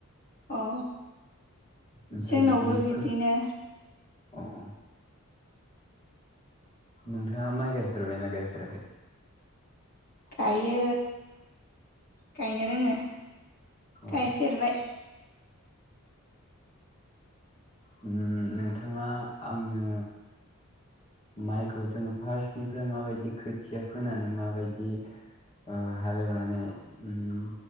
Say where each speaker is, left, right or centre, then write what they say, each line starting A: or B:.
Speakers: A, on the left (about 40°); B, on the left (about 25°).
A: अ
B: ओमफ्राय
A: जोंनावबो
B: बिदि
A: बिब्दिनो।
B: खो अ नोंथाङा माइ गायफेरबायना गायफेराखै?
A: गायो गायनो रोङो
B: औ
A: गायफेरबाय।
B: उम नोंथाङा आंनो माइखौ जोङो फार्स्टनिफ्राय माबायदि खोथिया फोनानै माबायदि? ओ हालेवनानै उम